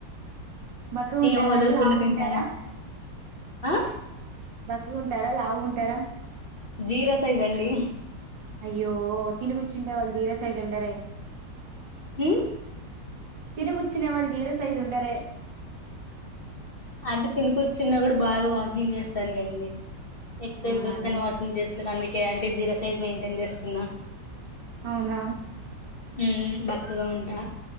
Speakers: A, on the right; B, on the left.
A: బక్కగా ఉంటారా
B: ఏం వదలకుండా
A: అండి లావు
B: తింటాను
A: ఉంటారా
B: ఆ
A: బక్క గుంటారా లావు గుంట్ టరా
B: జీ రస్ ఏదండి
A: అయ్యో తినిపి చ్చుండే వాళ్ళు జీరో సైజ్ ఉండరే
B: హ్మ్మ్
A: తిని గుచ్చునే వాల్ జీరో సైజుండరే
B: అంటే తిని కూర్చున్న గుడా బాగా వాకింగ్ చేస్తాన్లేండి. ఎక్సర్సైజ్
A: అవునా
B: చేస్తేను
A: అండి
B: వాకింగ్ చేస్తాను అన్ని కే అంటే జీరో సైజ్ మెయింటైన్ చేస్తున్నా
A: అవునా
B: మ్మ్ బక్కగా ఉంటా